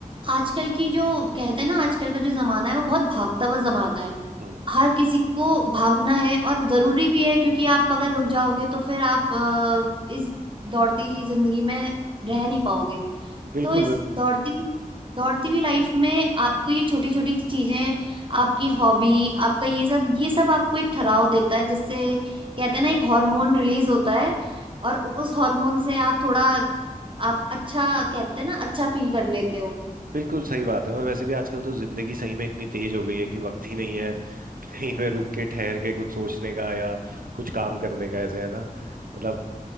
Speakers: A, on the right (about 35°); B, on the right (about 75°).
A: आजकल की जो कहते हैं ना आजकल का जो जमाना है वो बहुत भागता हुआ जमाना है
B: हम्म
A: हर किसी को भागना है और जरूरी भी है क्योंकि आप अगर रुक जाओगे तो फिर आप अ, इस दौड़ती जिंदगी में रह नहीं पाओगे
B: बिल्कुल
A: तो इस दौड़ती हुई दौड़ती हुई लाइफ में आपको ये छोटी छोटी चीजें आपकी हॉबी आपका ये सब ये सब आपको एक ठहराव देता है जिससे कहते हैं ना एक हार्मोन रिलीज होता है और उस हार्मोन से आप थोड़ा आप अच्छा कहते हैं ना अच्छा फील कर लेते हो
B: बिल्कुल सही बात है और वैसे भी आजकल तो जिंदगी सही में इतनी तेज हो गई है कि वक्त ही नहीं है कहीं पे रुक के ठहर के कुछ सोचने का या कुछ काम करने का ऐसे है ना मतलब